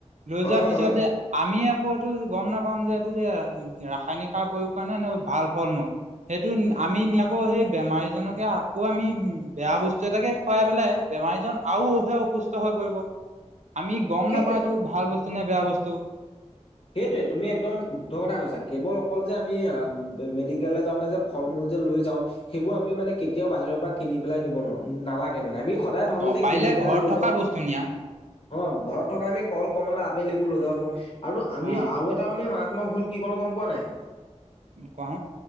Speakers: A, on the right (about 80°); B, on the left (about 50°).
A: লৈ
B: হয়
A: যোৱাৰ
B: হয়
A: পিছত
B: হয়
A: যে আমি আকৌ এইটো গম নাপাম যে এইটো যে ৰাসায়নিক সাৰ প্ৰয়োগ কৰানে নে ভাল ফল-মূল। সেইটো আমি নি আকৌ সেই বেমাৰীজনকে আকৌ আমি বেয়া বস্তু এটাকে খোৱাই পেলাই বেমাৰীজন আওহে অসুস্থ হৈ পৰিব। আমি গম
B: সেইটোৱে
A: নাপাওঁ এইটো ভাল বস্তু নে বেয়া বস্তু।
B: সেইটোৱে তুমি একদম শুদ্ধ কথা কৈছা, কেৱল অকল যে আমি মেডিকেললে <unintelligible> যালে যে ফল-মূল যে লৈ যাওঁ, সেইবোৰ আমি মানে কেতিয়াও বাহিৰৰ পৰা কিনি পেলাই নিব নোৱাৰোঁ। নালাগে মানে আমি সদায় ভাবোঁ
A: অ
B: যে
A: পাৰিলে
B: কিনি পেলাই
A: ঘৰত
B: লৈ
A: থকা
B: যাওঁ।
A: বস্তু নিয়া
B: অ' ঘৰত থকা আমি কল, কমলা, আপেল এইবোৰ লৈ যাব পাৰোঁ আৰু
A: অ
B: আমিও আৰু <unintelligible> <unintelligible> মানে আমি মাৰাত্মক ভুল কি কৰোঁ গম পোৱা নাই।
A: কোৱা হো।